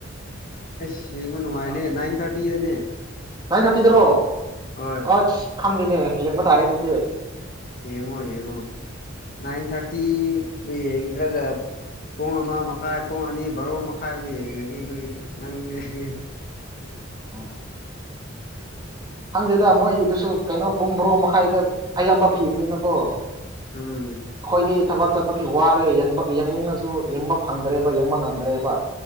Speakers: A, on the left; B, on the right.
A: ꯑꯁ ꯌꯦꯕꯅꯨꯡꯉꯥꯏꯅꯦ ꯅꯥꯏꯟ ꯊꯥꯔꯇꯤꯗꯅꯦ
B: ꯅꯥꯏꯟ ꯊꯥꯔꯇꯤꯗꯔꯣ
A: ꯍꯣꯏ
B: ꯑꯁ ꯈꯪꯗꯦꯅꯦ ꯌꯦꯡꯕ ꯇꯥꯔꯦ ꯑꯗꯨꯗꯤ
A: ꯌꯦꯡꯉꯣ ꯌꯦꯡꯉꯣ ꯅꯥꯏꯟ ꯊꯥꯔꯇꯤꯕꯨ ꯌꯦꯡꯗ꯭ꯔꯒ ꯄꯨꯡ ꯑꯃ ꯃꯈꯥꯏ ꯄꯨꯡ ꯑꯅꯤ ꯕꯥꯔꯣ ꯃꯈꯥꯏꯕꯨ ꯌꯦꯡꯉꯗꯤ ꯅꯣꯏ ꯅꯪꯁꯦ ꯍꯦꯍꯦ
B: ꯑꯣ ꯈꯪꯗꯦꯗ ꯃꯣꯏꯒꯤꯗꯨꯁꯨ ꯀꯩꯅꯣ ꯄꯨꯡ ꯕꯣꯔꯣ ꯃꯈꯥꯏꯗ ꯑꯌꯥꯝꯕ ꯄꯤꯕꯅꯤꯅꯀꯣ ꯑꯩꯈꯣꯏꯗꯤ
A: ꯎꯝ
B: ꯊꯕꯛ ꯆꯠꯄꯒꯤ ꯋꯥꯔꯦ ꯌꯦꯡꯕ ꯌꯦꯡꯅꯤꯡꯉꯁꯨ ꯌꯦꯡꯕ ꯐꯪꯗ꯭ꯔꯦꯕ ꯌꯦꯡꯕ ꯉꯝꯗ꯭ꯔꯦꯕ